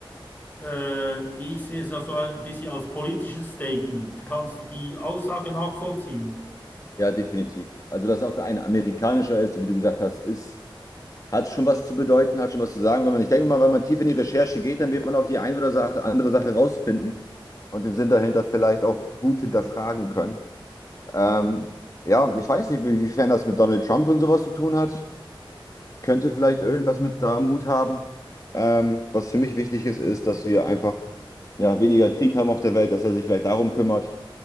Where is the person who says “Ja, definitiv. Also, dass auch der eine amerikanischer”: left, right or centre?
Left